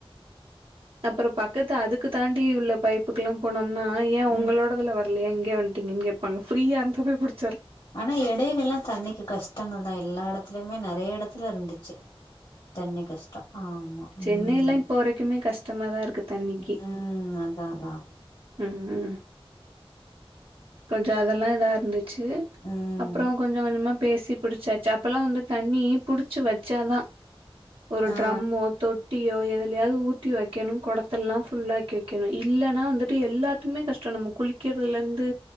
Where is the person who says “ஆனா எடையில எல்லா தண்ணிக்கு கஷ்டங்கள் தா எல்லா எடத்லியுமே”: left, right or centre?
Left